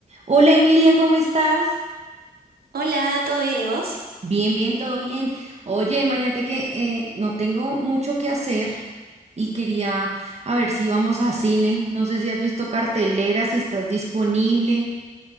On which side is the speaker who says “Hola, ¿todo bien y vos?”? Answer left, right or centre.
Right